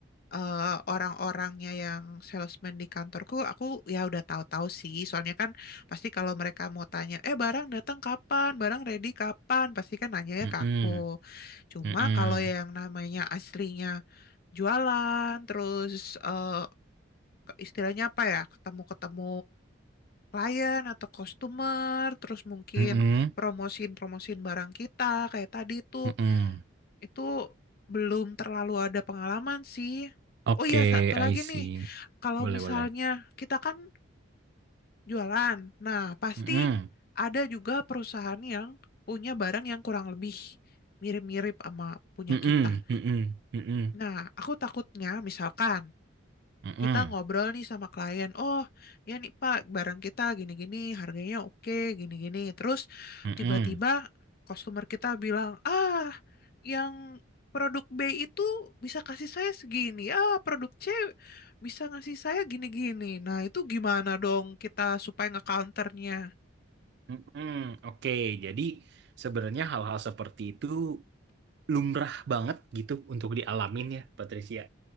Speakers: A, on the left (about 45°); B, on the right (about 55°).
A: eh, orang-orangnya yang salesman di kantorku, aku ya udah tahu-tahu sih. Soalnya kan pasti kalau mereka mau tanya, eh barang datang kapan, barang ready kapan, pasti kan nanyanya
B: mm-mm,
A: ke aku. Cuma
B: mm-mm,
A: kalau yang namanya aslinya jualan, terus eh, ke- istilahnya apa ya, ketemu-ketemu klien atau customer, terus mungkin
B: mm-mm,
A: promosiin-promosiin barang kita kayak tadi tuh.
B: mm-mm.
A: Itu belum terlalu ada pengalaman sih.
B: Oke,
A: Oh iya, satu
B: I
A: lagi
B: see.
A: nih. Kalau
B: Boleh,
A: misalnya
B: boleh.
A: kita kan jualan, nah pasti
B: Mm-mm,
A: ada juga perusahaan yang punya barang yang kurang lebih mirip-mirip sama punya
B: mm-mm,
A: kita.
B: mm-mm, mm-mm,
A: Nah, aku takutnya misalkan
B: mm-mm,
A: kita ngobrol nih sama klien, oh ya nih Pak, barang kita gini-gini, harganya oke, gini-gini. Terus
B: mm-mm,
A: tiba-tiba customer kita bilang, ah yang produk B itu bisa kasih saya segini, ah produk C bisa ngasih saya gini-gini. Nah itu gimana dong kita supaya ngecounternya?
B: mm-mm. Oke, jadi sebenarnya hal-hal seperti itu lumrah banget gitu untuk dialamin ya, Patricia.